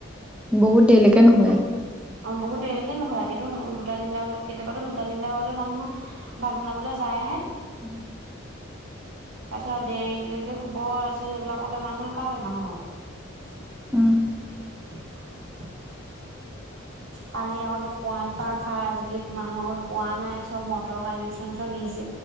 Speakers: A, in the centre; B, on the right.
A: বহুত দেৰিলৈকে নুশুৱে।
B: অ বহুত দেৰিলৈকে নুশুৱে ৰাতিটো দুটা, তিনিটা বা কেতিয়াবাতো দুটা, তিনটা বজাত মানুহ ভাত বনাবলৈ যায়হে
A: উম
B: তাৰপিছত দেৰিকে শুব তাৰ পিছত সেইবিলাক বেমাৰ নহয়ে কাৰ বেমাৰ হ'ব বাও <unintelligible>
A: উম,
B: <unintelligible> পানী আগতে কুঁৱাত পা খাই আজিকালি মানুহৰ আগত কুঁৱা নাই চব মটৰ কানেকচন চব ইজি